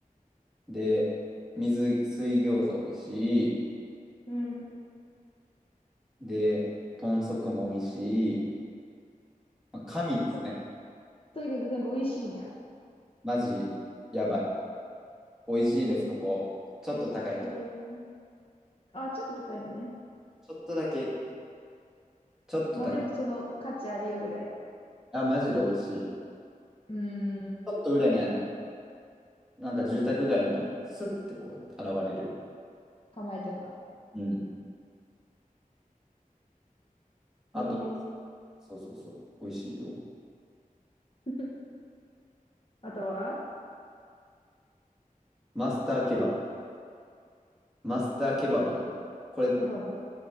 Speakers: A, in the centre; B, on the left (about 40°).
A: で、水、水餃子美味しい、
B: うん。
A: で、豚足も美味しい。まあ、神ですね。
B: と、とにかく全部美味しいんや。
A: マジ、やばい。美味しいです、ここ。ちょっと高いけど。
B: へえ。あ、ちょっと高いのね。
A: ちょっとだけ。ちょっと高い。
B: まあでもその価値あるよぐらいの。
A: あ、マジで美味しい。ち
B: うーん、
A: ょっと裏にあんねん。なんか住宅街にスッてこう現れる。
B: 構えてんだ。
A: うん。あと、
B: へえ。
A: そうそうそう、美味しいよ。
B: <laughs> あとは
A: マスターケバブ。マスターケバブ。これ、
B: ケバブ。